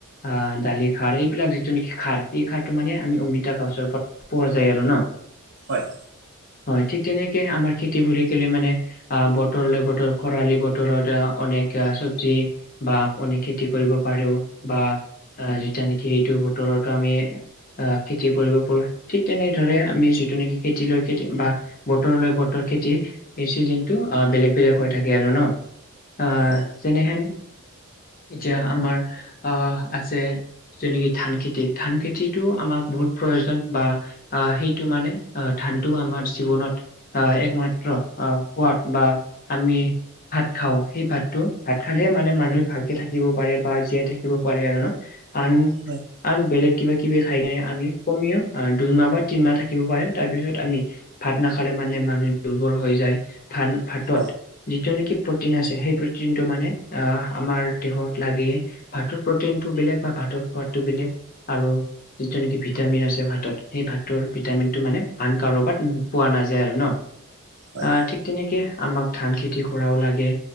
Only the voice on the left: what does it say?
আহ দালি-খাৰ এইবিলাক যিটো নেকি খাৰ এই সাৰটো মানে আমি অমিতা গাছৰ পৰা পোৱা যায় আৰু ন?
হয় ঠিক তেনেকে আমাৰ খেতিবৰি কলে মানে আহ বতৰলৈ বতৰ খৰালি বতৰত অনেক চব্জি বা অনেক খেতি কৰিব পাৰো বা যেতিয়া নেকি এইটো বতৰতো আমি আহ খেতি কৰিব পাৰো, ঠিক তেনেদৰে আমি যিটো নেকি খেতি লৈ খেতি বা বতৰলৈ বতৰ খেতি এই চিজনটো অ বেলেগ বেলেগ হৈ থাকে আৰু ন? আহ
যেনেহেন এতিয়া আমাৰ আহ আছে যেনেকি ধান খেতি, ধান খেতি যিটো আমাক বহুত প্ৰয়োজন বা আহ সেইটো মানে আহ ধানটো আমাৰ জীৱনত অ একমাত্ৰ সোৱাদ বা আমি ভাত খাওঁ, সেই ভাতটো ভাত খালেহে মানে মানুহে ভালকে থাকিব পাৰে বা জীয়াই থাকিব পাৰে আৰু ন। আন
আন বেলেগ কিবা কিবি খাই কেনে আমি কমেও আ দুইমাহ বা তিনমাহ থাকিব পাৰিম, তাৰপিছত আমি ভাত নাখালে মানে মানুহে দুৰ্বল হৈ যায়, ধান ভাতত
যিটো নেকি প্ৰটিন আছে সেই প্ৰটিনটো মানে আহ আমাৰ দেহত লাগে। ভাতৰ প্ৰটিনটো বেলেগ বা ভাতৰ সোৱাদটো বেলেগ আৰু যিটো নেকি ভিটামিন আছে ভাতত সেই ভাতৰ ভিটামিনটো মানে আন কাৰোবাত পোৱা নাযায় আৰু ন?
আহ ঠিক তেনেকে আমাক ধান খেতি কৰাও লাগে